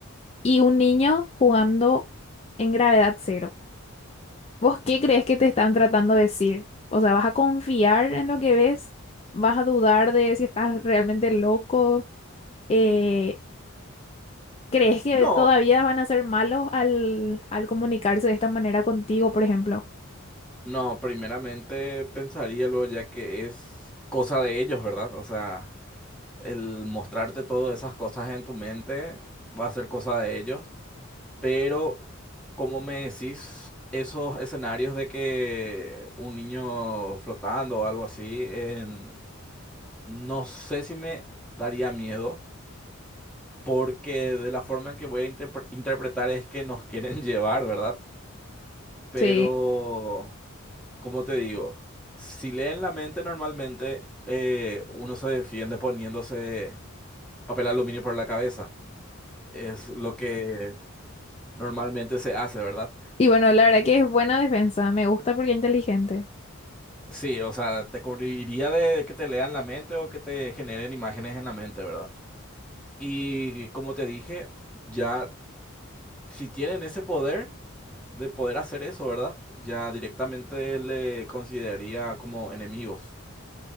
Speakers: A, on the left; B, in the centre.
A: Y un niño jugando en gravedad cero. ¿Vos qué crees que te están tratando de decir? O sea, ¿vas a confiar en lo que ves? ¿Vas a dudar de si estás realmente loco? Eh, ¿crees que
B: No,
A: todavía van a ser malos al, al comunicarse de esta manera contigo, por ejemplo?
B: no, primeramente pensaría luego ya que es cosa de ellos, ¿verdad? O sea, el mostrarte todas esas cosas en tu mente va a ser cosa de ellos. Pero, como me decís, esos escenarios de que un niño flotando o algo así, em, no sé si me daría miedo, porque de la forma en que voy a interpre- interpretar es que nos quieren <laughs> llevar, ¿verdad? Pero,
A: Sí.
B: como te digo, si leen la mente normalmente, eh, uno se defiende poniéndose papel aluminio por la cabeza. Es lo que normalmente se hace, ¿verdad?
A: Y bueno, la verdad que es buena defensa. Me gusta porque es inteligente.
B: Sí, o sea, te cubriría de que te lean la mente o que te generen imágenes en la mente, ¿verdad? Y como te dije, ya si tienen ese poder de poder hacer eso, ¿verdad? Ya directamente le consideraría como enemigos.